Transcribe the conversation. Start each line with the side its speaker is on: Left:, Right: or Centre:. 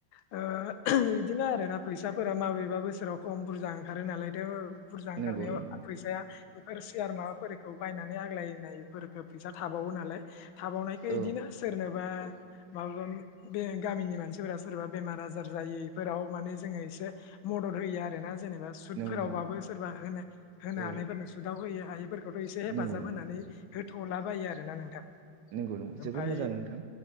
Left: ओ बिदिनो आरोना फैसाफोरा माबेबा बोसोराव खम बुरजा ओंखारो नालायथ' बुरजा
Right: नंगौ
Left: ओंखारनायाव
Right: नंगौ
Left: फैसाया इफोर सियार माबाफोरखौ बायनानै आग्लायनायफोरखौ फैसा थाबावो नालाय थाबावनायखौ
Right: औ
Left: बिदिनो सोरनोबा माबा बे गामिनि मानसिफोरा सोरबा बेमार आजार जायो इफोराव माने जोङो एसे मदद होयो आरोना। जेनेबा सुथफोरावबाबो
Right: नंगौ नंगौ
Left: सोरबा होना होनो
Right: औ
Left: हानायफोरनो सुदाव होयो हायिफोरखौथ' एसे हेफाजाब
Right: नंगौ नंगौ
Left: होनानै होथ'लाबायो आरोना नोंथां
Right: नंगौ नंगौ
Left: ओमफ्राय
Right: जोबोर मोजां नोंथां